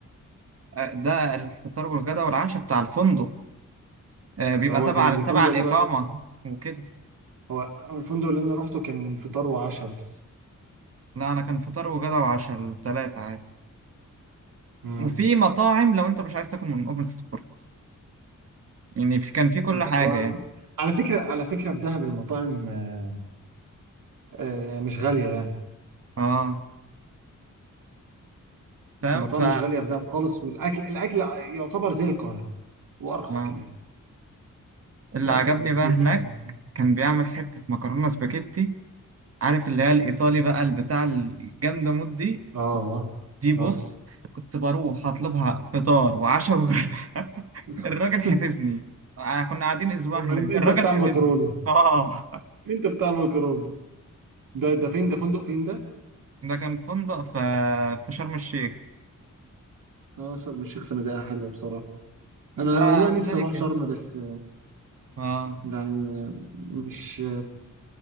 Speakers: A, on the right; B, on the right.
A: آه، ده الفطار والغدا والعشاء بتاع الفندق آه، بيبقى
B: ده هو
A: تبع
B: كان
A: تبع
B: الفندق
A: الإقامة
B: اللي انا
A: وكده
B: هو هو الفندق اللي انا روحته كان فطار وعشاء بس
A: لا أنا كان فطار وغدا وعشاء التلاتة عادي
B: مم.
A: وفي مطاعم لو أنت مش عايز تاكل من أوبن فود كورت يعني في كان في
B: مطاعم
A: كل حاجة يعني
B: على فكرة على فكرة في دهب المطاعم آه، آه، مش غالية يعني
A: اه فاهم
B: المطاعم
A: ف
B: مش غالية في دهب خالص والأكل الأكل يعتبر زي القاهرة وأرخص
A: آه.
B: كمان
A: اللي
B: وأرخص
A: عجبني
B: بكتير
A: بقى هناك
B: كمان
A: كان بيعمل حتة مكرونة سباجيتي عارف اللي هي الإيطالي
B: <laughs>
A: بقى البتاع الجامدة مود دي
B: آه
A: دي
B: آه
A: بص كنت بروح اطلبها فطار وعشاء وغدا <laughs>
B: هو <laughs>
A: الراجل حفظني آه، كنا قاعدين اسبوع هناك
B: أنت أنت
A: الراجل
B: بتاع
A: حفظني
B: المكرونة
A: اه
B: أنت بتاع المكرونة ده ده فين ده فندق فين ده؟
A: ده كان فندق في في شرم الشيخ
B: آه شرم الشيخ فنادقها حلوة بصراحة
A: ده
B: أنا والله نفسي
A: متهيألي
B: أروح
A: كان
B: شرم بس
A: اه
B: يعني مش